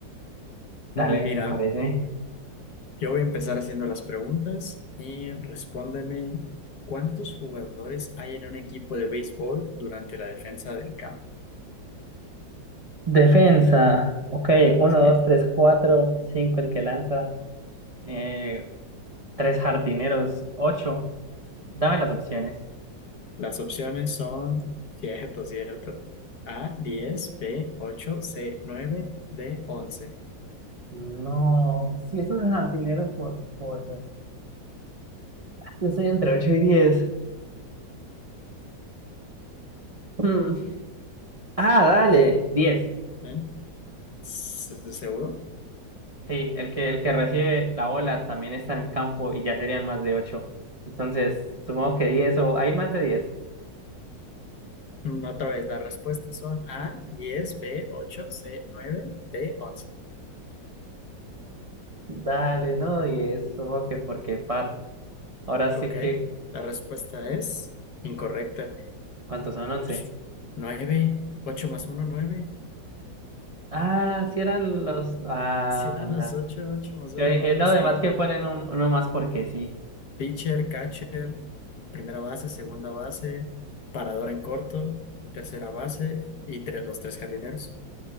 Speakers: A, on the right (about 35°); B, on the left (about 60°).
A: dale,
B: Mm, Mira,
A: me parece.
B: yo voy a empezar haciendo las preguntas y respóndeme, ¿cuántos jugadores hay en un equipo de béisbol durante la defensa del campo?
A: Defensa. Ok, uno,
B: Sí.
A: dos, tres, cuatro, cinco, el que lanza. Eh, tres jardineros, ocho. Dame las opciones.
B: Las opciones son, cierto, cierto. A, 10, B, 8, C, 9, D, 11.
A: No, si es un jardinero por cosa. Yo estoy entre ocho y diez. Mm. Ah, dale, diez.
B: ¿Eh? ¿Se- se- seguro
A: Sí, el que, el que recibe la bola también está en el campo y ya serían más de ocho. Entonces, supongo que diez o hay más de diez.
B: Mm, Otra vez, las respuestas son A, 10, B, 8, C, 9, D, 11.
A: Dale, no, y es supongo que porque par. Ahora
B: Ok,
A: sí que,
B: la respuesta es incorrecta.
A: ¿cuántos son once
B: Pues 9, 8 más uno 9.
A: Ah, sí eran los. Ah,
B: Si eran
A: bondad.
B: las ocho, ocho más uno
A: Yo dije,
B: 9
A: no, además
B: sí.
A: que ponen un- uno más porque sí.
B: Pitcher, catcher, primera base, segunda base, paradora en corto, tercera base y tre- los tres jardineros.